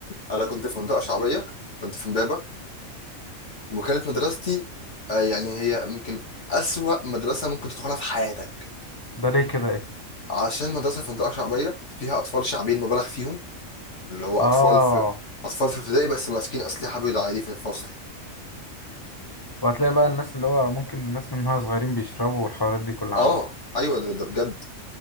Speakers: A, on the left; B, on the left.
A: انا كنت في منطقه شعبيه كنت في امبابه وكانت مدرستي آه، يعني هي يمكن اسوأ مدرسه ممكن تدخلها في حياتك
B: ده ليه كده ايه
A: عشان مدرسه في منطقه شعبيه فيها اطفال شعبيين مبالغ فيهم اللي هو
B: اه
A: اطفال في اطفال في ابتدائي بس ماسكين اسلحه بيضاء عادي في الفصل
B: وهتلاقي بقى الناس اللي هو ممكن الناس من وهي صغيرين بيشربوا والحوارات دي كلها
A: اه
B: عندكم
A: ايوه ده, ده بجد